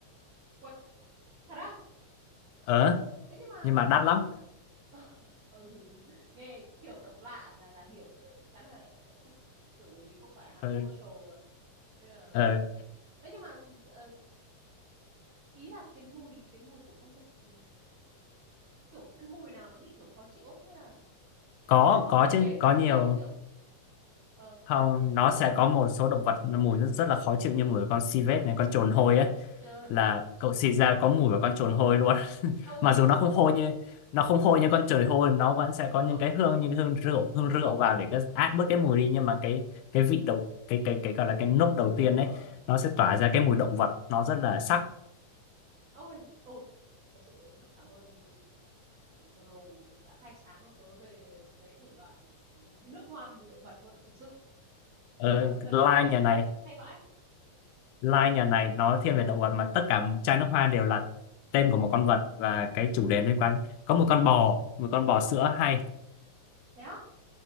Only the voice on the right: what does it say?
quên thật á
ấy nhưng mà
<laughs> ừ. nghe cái kiểu độc lạ là là hiểu rồi chắc chắn là sẽ không kiểu bởi vì không phải là hàng
commercial mà Nên là...
Ê, nhưng mà ờ, ý là cái mùi cái mùi của con vật ừ, kiểu cái mùi nào nó bị kiểu khó chịu ấy. hay là
hay là Ờ. họ
họ
chế
họ
chế theo kiểu ờ
ờ,
ôi
nhưng
mà
ờ
ôi ồ thật sự rất cảm ơn bro đã khai sáng cho tớ về cái thể loại nước hoa mùi động vật luôn ạ thực sự
chưa bao- lần
đầu tiên nghe
thấy
ạ hay vãi
Ờ,
thế á